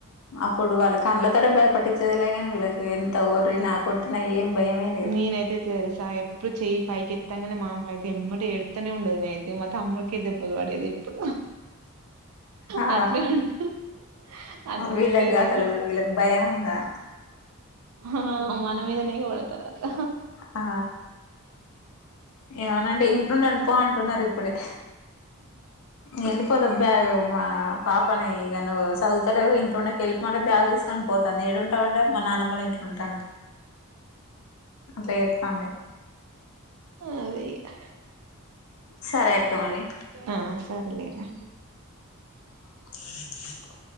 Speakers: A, on the left; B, on the right.
A: అప్పుడు వాళ్ళ కంళ్డ్లతోటె భయ పట్టించేదిలే గాని వీళ్ళకి ఎంత ఓర్రి నా కొట్టి నా ఏం భయమే లేదు
B: ఈనీత్ ఎట్లా తెలుస్ గా ఎప్పుడు చేయి పైకి ఎతగానే మామ్మయితె ఎమ్మట ఎతనే ఉండేది నేన్ అతే మ తమ్ముడికే దెబ్బలు పడేది ఎప్పుడు
A: ఆ
B: పద్మని అడుగు అట్లుండేది
A: వీళ్ళకి అసలు వీళ్ళకి భయం ఉందా
B: ఆ మన మీదనేే ఎగబడతదట్ల
A: ఆ ఏమనంటే ఇంట్లునది పో అంటున్నారు ఇప్పుడే వెళ్ళిపోతాం బ్యాగ్ మా పాపనే ఇగ నువు చదువుతలే ఇంట్ల ఉండక వెళ్ళిపో అంట బ్యాగ్ తీసు కొని పోతుంది ఏడుంటవంటే మా నానమ్మల ఇంట్ల ఉంట అట్లా చెపుతుంది
B: అదే ఇగ
A: సరే అక్క మరి
B: ఆ సర్లేరా
A: అ